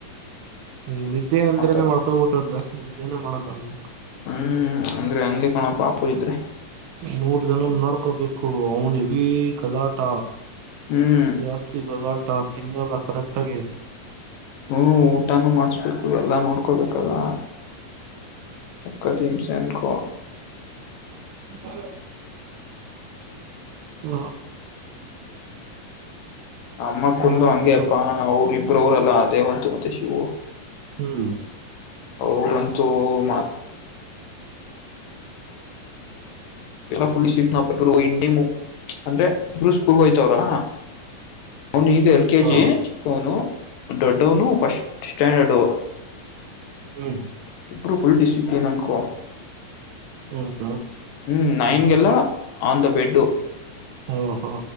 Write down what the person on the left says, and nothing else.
ಆತರ
ಹ್ಮ್ ಅಂದ್ರೆ ಹಂಗೆ ಕಣ ಪಾಪು ಇದ್ರೆ
ಹ್ಮ್
ಹ್ಮ್ ಊಟಾನೂ ಮಾಡಸ್ಬೇಕು ಎಲ್ಲಾ ನೋಡ್ಕೋಬೇಕಲ್ಲ ಕದೀಮ ಸನ್ಕ
ನಮ್ಮಕ್ಕ
ಕುಂಡು
ಹಂಗೆ
ಅಪ್ಪಾ ಅವ್ರ ಇಬ್ರವರಲ್ಲಾ ದೇವಂತ ಮತ್ತೆ ಶವು
ೌರಂತು ಮಾ ಫುೀ ನ ಇಂಡಮ ಅಂದ್ರೆ ಕೂಗೋಯ್ತವ್ರಾ ಅವನು ಈಗ ಎಲ್ ಕೆ
ಜಿ ಚಿಕ್ಕವನು ದೊಡ್ಡವನು ಫಸ್ಟ್ ಸ್ಟ್ಯಾಂಡರ್ಡುು
ಇರು ಫುಲ್ ಡಿಿಸಿಿಪ್ಲಿನ್ ಅನ್ಕೋ
ಹ್ಮ್ ನೈನ್ಗೆಲ್ಲ ಆನ್ ದ ಬೆಡ್